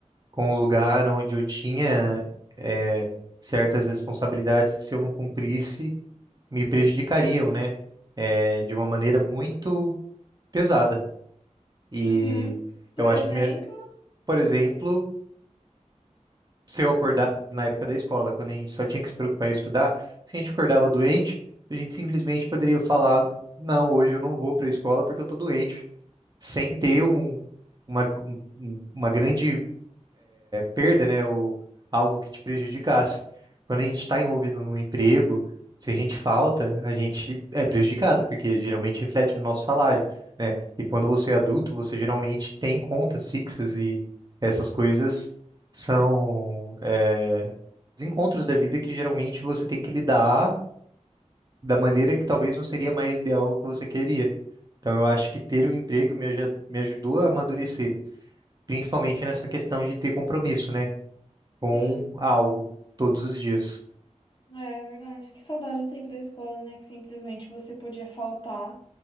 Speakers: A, on the right (about 35°); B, on the left (about 40°).
A: com um lugar onde eu tinha eh, certas responsabilidades que se eu não cumprisse me prejudicariam, né? Eh, de uma maneira muito pesada. E
B: Uhum. Por
A: eu acho
B: exemplo,
A: que, minha- por exemplo, se eu acordar na época da escola, quando a gente só tinha que se preocupar em estudar, se a gente acordava doente, a gente simplesmente poderia falar, não, hoje eu não vou para a escola porque eu tô doente, sem ter um, uma, um- um, uma grande perda, né? Ou algo que te prejudicasse. Quando a gente está envolvido num emprego, se a gente falta, a gente é prejudicado, porque geralmente reflete no nosso salário, né? E quando você é adulto, você geralmente tem contas fixas e essas coisas são é, os encontros da vida que geralmente você tem que lidar da maneira que talvez não seria mais ideal o que você queria. Então, eu acho que ter o emprego me aju- me ajudou a amadurecer, principalmente nessa questão de ter compromisso, né? com
B: sim.
A: algo todos os dias.
B: É, é verdade. Que saudade do tempo da escola, né? Que simplesmente você podia faltar